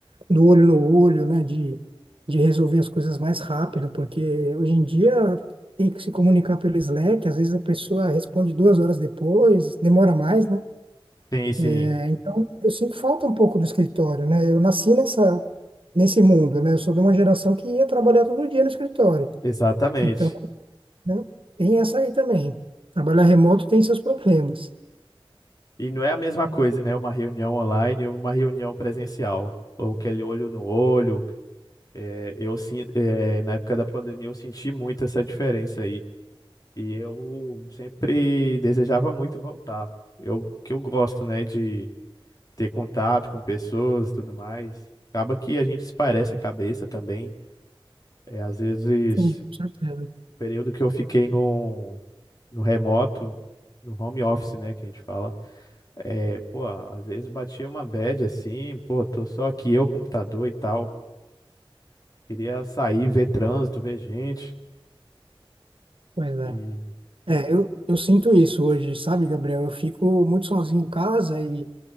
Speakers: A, on the right; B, on the left.
A: do olho no olho, né, de, de resolver as coisas mais rápido, porque hoje em dia tem que se comunicar pelo Slack, às vezes a pessoa responde duas horas depois, demora mais, né?
B: Sim, sim,
A: É, então, eu sinto falta um pouco do escritório, né? Eu nasci nessa, nesse mundo, né? Eu sou de uma geração que ia trabalhar todo dia no escritório.
B: exatamente.
A: Então, né, tem essa aí também. Trabalhar remoto tem seus problemas.
B: E não é a mesma coisa, né? Uma reunião online ou uma reunião presencial. Ou aquele olho no olho. É, eu, sin- é, na época da pandemia eu senti muito essa diferença aí. E eu sempre desejava muito voltar. Eu que eu gosto, né, de ter contato com pessoas e tudo mais. Acaba que a gente esparece a cabeça também. É, às vezes,
A: Sim, com certeza.
B: o período que eu fiquei no, no remoto, no home office, né, que a gente fala, é, pô, às vezes batia uma bad assim, pô, tô só aqui eu, computador e tal. Queria sair, ver trânsito, ver gente.
A: Pois é.
B: E,
A: É, eu, eu sinto isso hoje, sabe, Gabriel? Eu fico muito sozinho em casa e,